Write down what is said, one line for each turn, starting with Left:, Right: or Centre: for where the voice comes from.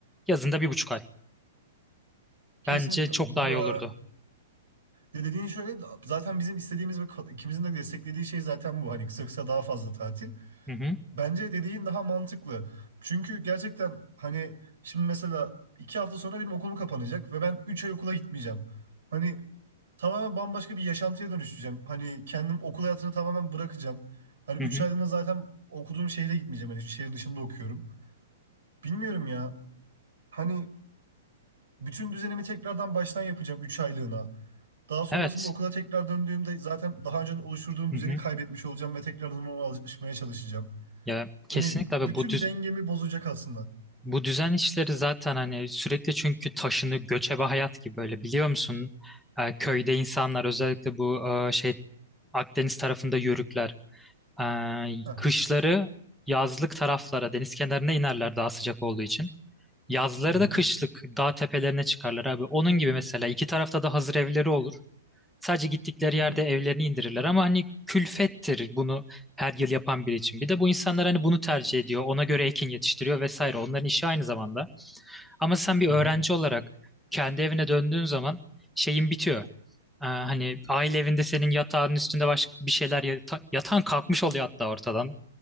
Centre: yazında bir buçuk ay.
Right: Kesinlikle.
Centre: Bence çok
Right: Bu,
Centre: daha iyi olurdu.
Right: e, De dediğin şöyle zaten bizim istediğimiz ve ka- ikimizin de desteklediği şey zaten bu. Hani kısa kısa daha fazla tatil.
Centre: Hı hı,
Right: Bence dediğin daha mantıklı. Çünkü gerçekten hani şimdi mesela iki hafta sonra benim okulum kapanacak ve ben üç ay okula gitmeyeceğim. Hani tamamen bambaşka bir yaşantıya dönüşeceğim. Hani kendim okul hayatını tamamen bırakacağım. Hani
Centre: hı
Right: üç
Centre: hı.
Right: aylığına zaten okuduğum şehre gitmeyeceğim. Hani şehir dışında okuyorum. Bilmiyorum ya. Hani bütün düzenimi tekrardan baştan yapacağım 3 aylığına. Daha sonrasında
Centre: Evet.
Right: okula tekrar döndüğümde zaten daha önce oluşturduğum
Centre: Hı
Right: düzeni
Centre: hı.
Right: kaybetmiş olacağım ve tekrardan ona alışmaya çalışacağım.
Centre: Ya kesinlikle
Right: Hani
Centre: abi
Right: bütün
Centre: bu düz,
Right: dengemi bozacak aslında.
Centre: bu düzen işleri zaten hani sürekli çünkü taşını göçebe hayat gibi böyle biliyor musun? Ee, köyde insanlar özellikle bu e, şey Akdeniz tarafında yörükler e,
Right: Heh.
Centre: kışları yazlık taraflara deniz kenarına inerler daha sıcak olduğu için. Yazları
Right: Hı hı.
Centre: da kışlık dağ tepelerine çıkarlar abi. Onun gibi mesela iki tarafta da hazır evleri olur. Sadece gittikleri
Right: Hı hı.
Centre: yerde evlerini indirirler ama hani külfettir bunu her yıl yapan biri için. Bir de bu insanlar hani bunu tercih ediyor. Ona göre ekin yetiştiriyor vesaire. Onların işi aynı zamanda. Ama sen bir
Right: Hı
Centre: öğrenci
Right: hı.
Centre: olarak kendi evine döndüğün zaman şeyin bitiyor. Ee, hani aile evinde senin yatağın üstünde başka bir şeyler yata- yatan kalkmış oluyor hatta ortadan.